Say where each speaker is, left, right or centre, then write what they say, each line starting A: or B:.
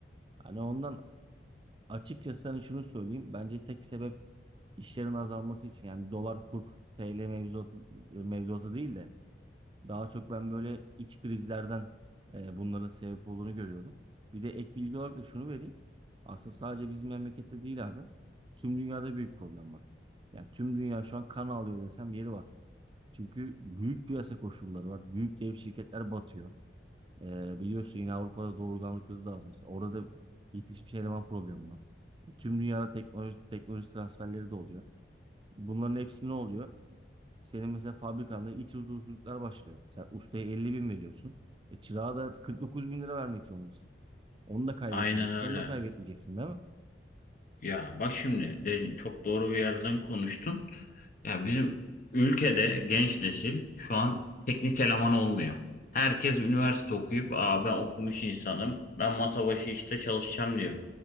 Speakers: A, on the right; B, on the left.
A: Hani ondan açıkçası sana şunu söyleyeyim. Bence tek sebep işlerin azalması için yani dolar kur TL mevzuatı, mevzuatı değil de Daha çok ben böyle iç krizlerden e, bunların sebep olduğunu görüyorum. Bir de ek bilgi olarak da şunu vereyim. Aslında sadece bizim memlekette değil abi. Tüm dünyada büyük problem var. Yani tüm dünya şu an kan ağlıyor desem yeri var. Çünkü büyük piyasa koşulları var. Büyük dev şirketler batıyor. E, biliyorsun yine Avrupa'da doğurganlık hızı da az mesela. Orada da yetişmiş eleman problemi var. E, tüm dünyada teknoloji, teknoloji transferleri de oluyor. Bunların hepsi ne oluyor? Senin mesela fabrikanda iç huzursuzluklar başlıyor. Sen ustaya 50 bin veriyorsun. E, çırağa da 49 bin lira vermek zorundasın. Onu da kaybetmeyeceksin.
B: Aynen öyle.
A: Onu da kaybetmeyeceksin değil mi?
B: Ya bak şimdi dedin, çok doğru bir yerden konuştun. Ya bizim ülkede genç nesil şu an teknik eleman olmuyor. Herkes üniversite okuyup Aa, ben okumuş insanım. Ben masa başı işte çalışacağım diyor.